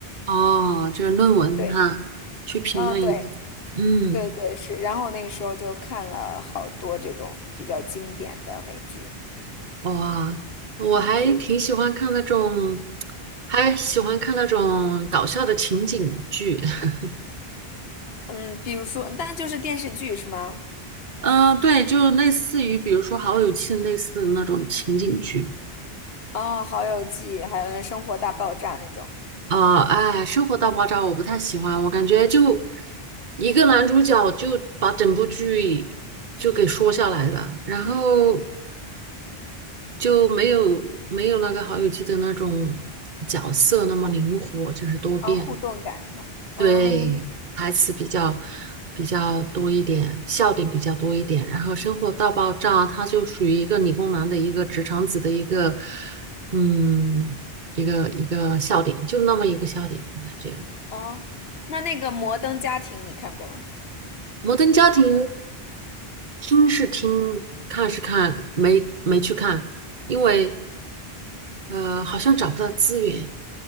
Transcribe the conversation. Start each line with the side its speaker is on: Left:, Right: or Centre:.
Right: 哦，这是论文哈，
Left: <laughs> 对，
Right: 去评论一下，
Left: 嗯，对。
Right: 嗯，
Left: 对对是，然后那个时候就看了好多这种比较经典的美剧，
Right: 哇，我还挺喜欢看那种，
Left: 嗯
Right: 还喜欢看那种搞笑的情景剧。<laughs>
Left: 嗯，比如说，但就是电视剧是吗？
Right: 嗯、对，就类似于比如说《好友记》类似的那种情景剧
Left: 哦，《好友记》，还有那《生活大爆炸》那种，
Right: 啊、哎，《生活大爆炸》我不太喜欢，我感觉就一个男主角就把整部剧就给说下来了，然后就没有没有那个《好友记》的那种角色那么灵活，就是多变。
Left: 啊、互动感的，嗯
Right: 对，台词比较比较多一点，笑点比较多一点，然后生活大爆炸，它就属于一个理工男的一个直肠子的一个，嗯，一个一个笑点，就那么一个笑点，我感觉
Left: 哦，哦那那个《摩登家庭》你看过吗？
Right: 《摩登家庭》听是听，看是看，没没去看，
Left: 嗯
Right: 因为呃好像找不到资源，